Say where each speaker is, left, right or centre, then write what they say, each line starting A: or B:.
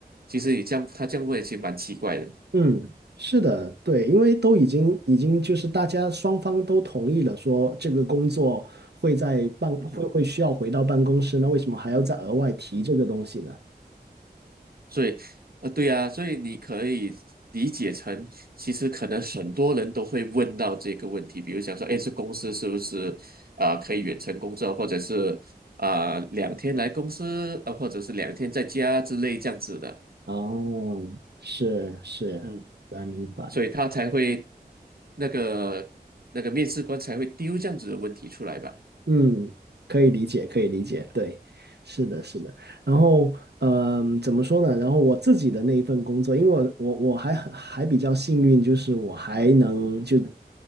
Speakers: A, on the right; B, on the right.
A: 其实你这样他这样问，其实蛮奇怪的。
B: 嗯，是的，对，因为都已经已经就是大家双方都同意了，说这个工作会在办会会需要回到办公室，
A: 嗯
B: 那为什么还要再额外提这个东西呢？
A: 所以，呃，对啊，所以你可以理解成，其实可能很多人都会问到这个问题，比如想说，哎，这公司是不是啊、呃可以远程工作，或者是啊、呃两天来公司，呃，或者是两天在家之类这样子的，
B: 哦，是是，
A: 嗯，
B: 来明白。
A: 所以他才会那个那个面试官才会丢这样子的问题出来吧，
B: 嗯，可以理解，可以理解，对，是的，是的。然后，嗯，怎么说呢？然后我自己的那一份工作，因为我我我还还比较幸运，就是我还能就
A: 嗯